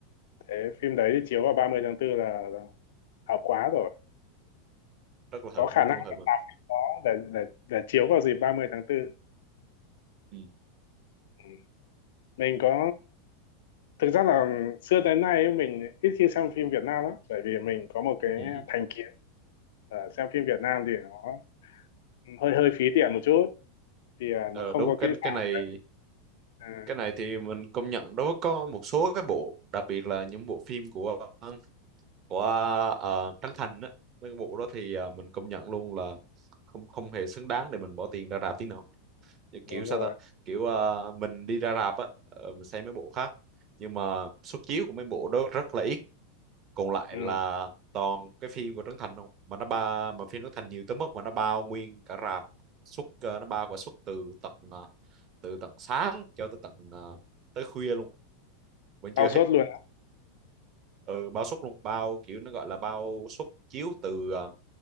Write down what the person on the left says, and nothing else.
thế phim đấy thì chiếu vào 30 tháng tư là, là hợp quá rồi
có
khả
năng
có để để để chiếu vào dịp 30 tháng tư.
Ừ. mình có thực ra là xưa tới nay ấy, mình ít khi xem phim Việt Nam lắm bởi vì mình có một cái
thành kiến Ờ, xem phim Việt Nam thì nó hơi hơi phí tiền một chút thì à,
nó không
có
kỹ xảo
đấy à,
đúng
rồi
ừ,
cao
suất
luôn á.